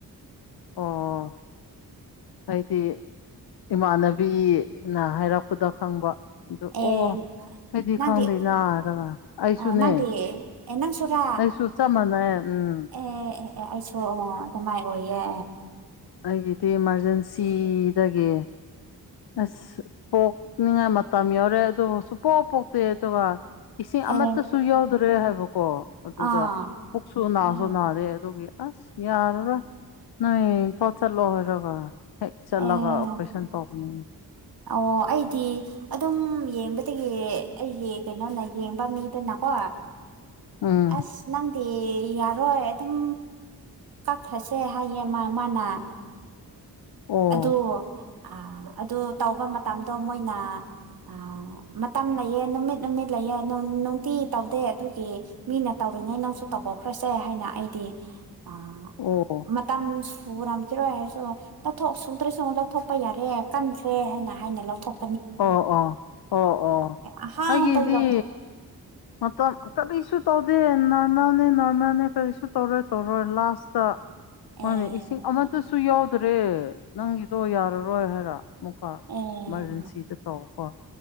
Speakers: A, on the left; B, on the right.
A: ꯑꯣ ꯑꯥꯏꯗꯤ ꯏꯃꯥꯟꯅꯕꯤꯅ ꯍꯥꯏꯔꯛꯄꯗ ꯈꯪꯕ ꯑꯗꯨ
B: ꯑꯦ
A: ꯑꯣ ꯑꯩꯗꯤ
B: ꯅꯪꯗꯤ
A: ꯈꯪꯗꯦꯅ ꯍꯥꯏꯔꯒ ꯑꯩꯁꯨꯅꯦ
B: ꯑ ꯅꯪꯗꯤ ꯑꯦ ꯅꯪꯁꯨꯔꯥ
A: ꯑꯩꯁꯨ ꯆꯞ ꯃꯥꯟꯅꯩ ꯎꯝ
B: ꯑꯦ ꯑꯦ ꯑꯦ ꯑꯩꯁꯨ ꯑꯗꯨꯃꯥꯏ ꯑꯣꯏꯌꯦ
A: ꯑꯩꯒꯤꯗꯤ ꯏꯃꯥꯔꯖꯦꯟꯁꯤꯗꯒꯤ ꯑꯁ ꯄꯣꯛꯅꯤꯡꯉꯥꯏ ꯃꯇꯝ ꯌꯥꯎꯔꯦ ꯑꯗꯨꯗ ꯁꯨ ꯄꯣꯛꯑ ꯄꯣꯛꯇꯦ ꯑꯗꯨꯒ ꯏꯁꯤꯡ ꯑꯃꯠꯇꯁꯨ
B: ꯑꯦ
A: ꯌꯥꯎꯗ꯭ꯔꯦ ꯍꯥꯏꯕꯀꯣ ꯑꯗꯨꯗ
B: ꯑꯥ
A: ꯄꯨꯛꯁꯨ ꯅꯥꯁꯨ
B: ꯑꯦ
A: ꯅꯥꯗꯦ ꯑꯗꯨꯒꯤ ꯑꯁ ꯌꯥꯔ ꯔꯣꯏ ꯅꯣꯏ ꯏꯝꯐꯥꯜ ꯆꯠꯂꯣ ꯍꯥꯏꯔꯒ ꯍꯦꯛ ꯆꯠꯂꯒ
B: ꯑꯦ
A: ꯑꯣꯄꯔꯦꯁꯟ ꯇꯧꯕꯅꯤ
B: ꯑꯣ ꯑꯩꯗꯤ ꯑꯗꯨꯝ ꯌꯦꯡꯕ ꯑꯗꯨꯒꯤ ꯑꯩꯒꯤ ꯀꯩꯅꯣꯅ ꯌꯦꯡꯕ ꯃꯤꯗꯅꯀꯣ
A: ꯎꯝ
B: ꯑꯁ ꯅꯪꯗꯦ ꯌꯥꯔꯣꯏ ꯑꯗꯨꯝ ꯀꯛꯈ꯭ꯔꯁꯦ ꯍꯥꯏꯌꯦ ꯃꯥ ꯃꯥꯅ
A: ꯑꯣ
B: ꯑꯗꯨ ꯑ ꯑꯗꯨ ꯇꯧꯕ ꯃꯇꯝꯗꯣ ꯃꯣꯏꯅ ꯑ ꯃꯇꯝ ꯂꯩꯌꯦꯦ ꯅꯨꯃꯤꯠ ꯅꯨꯃꯤꯠ ꯂꯩꯑꯦ ꯅꯨꯡꯇꯤ ꯇꯧꯗꯦ ꯑꯗꯨꯒꯤ ꯃꯤꯅ ꯇꯧ ꯇꯧꯔꯤꯉꯩ ꯅꯪꯁꯨ ꯇꯧꯊꯣꯛꯈ꯭ꯔꯁꯦ ꯍꯥꯏꯅ ꯑꯩꯗꯤ ꯑ
A: ꯑꯣ
B: ꯃꯝ ꯐꯣꯔꯣꯔꯝꯀꯤꯤꯔꯣ ꯍꯥꯏꯁꯨꯣ ꯂꯧꯊꯣꯛ ꯁꯨꯗ꯭ꯔꯁꯨ ꯂꯧꯊꯣꯛꯄ ꯌꯥꯔꯦ ꯀꯟꯈ꯭ꯔꯦ ꯍꯥꯏꯅ ꯍꯥꯏꯅ ꯂꯧꯊꯣꯛ
A: ꯑꯣ ꯑꯣ ꯑꯣ ꯑꯣ
B: ꯑꯍꯥꯟꯕꯗ
A: ꯑꯩꯒꯤꯗꯤ
B: ꯂꯧꯊꯣꯛ
A: ꯃꯇꯝ ꯀꯔꯤꯁꯨ ꯇꯧꯗꯦ ꯅꯣꯔꯃꯦꯜꯅꯦ ꯅꯣꯔꯃꯦꯜꯅꯦ ꯀꯔꯤꯁꯨ ꯇꯧꯔꯣꯏ ꯇꯧꯔꯣꯏ ꯂꯥꯁꯇ ꯍꯣꯏꯅꯦ
B: ꯑꯦ
A: ꯏꯁꯤꯡ ꯑꯃꯠꯇꯁꯨ ꯌꯥꯎꯗ꯭ꯔꯦ ꯅꯪꯒꯤ ꯇꯣ ꯌꯥꯔꯔꯣꯏ ꯍꯥꯏꯔ ꯃꯨꯀꯥ
B: ꯑꯦ
A: ꯏꯃꯥꯔꯖꯦꯟꯁꯤꯗ ꯇꯧꯀꯣ ꯑ